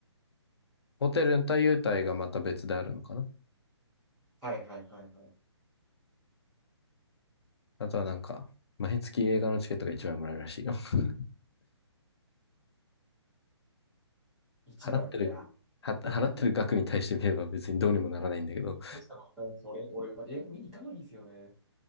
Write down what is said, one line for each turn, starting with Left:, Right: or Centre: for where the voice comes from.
Left: ホテルと優待がまた別であるのかな。
Centre: はいはいはいはい。
Left: あとはなんか、毎月映画のチケットが一枚もらえるらしいよ。<laughs>
Centre: 1枚。
Left: 払ってる、
Centre: いや、
Left: は、払ってる額に対して見れば別にどうにもならないんだけど。
Centre: 映画館にしたことないんです俺、俺は映画見に行かないんですよね。